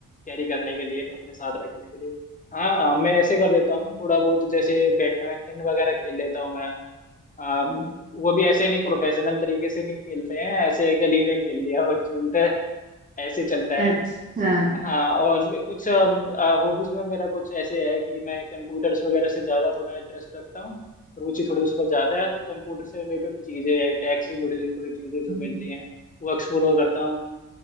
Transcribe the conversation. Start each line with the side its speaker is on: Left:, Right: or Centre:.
Left: कैरी करने के लिए अपने साथ रखने के लिए हाँ आ, मैं ऐसे कर देता हूँ थोड़ा बहुत जैसे बैडमिंटन वगैरह खेल लेता हूँ मैं आ, वो भी ऐसे नहीं प्रोफेशनल तरीके से नहीं खेलते हैं ऐसे गली में खेल लिया बच्चों की तरह ऐसे चलता है
Right: अच्छा हम्म
Left: हाँ और कुछ हॉबीज में मेरा कुछ ऐसे है कि मैं कंप्यूटर्स वगैरह से ज़्यादा थोड़ा इंटरेस्ट रखता हूँ रुचि थोड़ी उसमें ज़्यादा है तो कंप्यूटर से रिलेटेड चीज़ें टैक्स से जुड़ी हुई कोई चीज़ें जो
Right: हम्म।
Left: मिलती हैं वो एक्सप्लोर करता हूँ